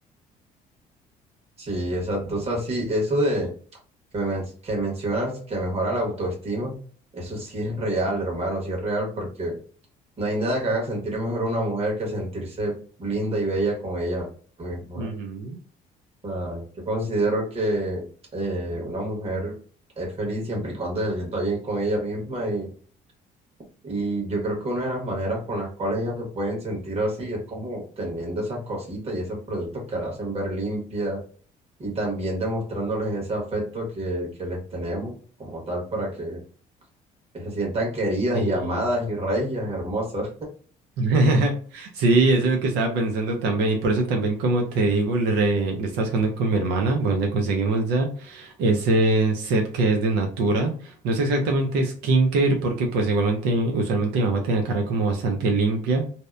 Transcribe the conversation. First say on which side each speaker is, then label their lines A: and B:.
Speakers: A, on the right (about 35°); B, on the right (about 85°).
A: Sí, exacto, o sea, sí, eso de que, me men- que mencionas que mejora la autoestima, eso sí es real, hermano, sí es real porque... No hay nada que haga sentir mejor a una mujer que sentirse linda y bella con ella misma.
B: Ujú.
A: O sea, yo considero que eh, una mujer es feliz siempre y cuando se sienta bien con ella misma y, y yo creo que una de las maneras con las cuales ellas se pueden sentir así es como teniendo esas cositas y esos productos que la hacen ver limpia y también demostrándoles ese afecto que, que les tenemos como tal para que se sientan queridas
B: Sí.
A: y amadas y regias, hermosas.
B: <laughs> Sí, eso es lo que estaba pensando también y por eso también como te digo le, re- le estaba buscando con mi hermana, bueno ya conseguimos ya ese set que es de Natura, no es exactamente skincare porque pues igualmente usualmente mi mamá tiene la cara como bastante limpia,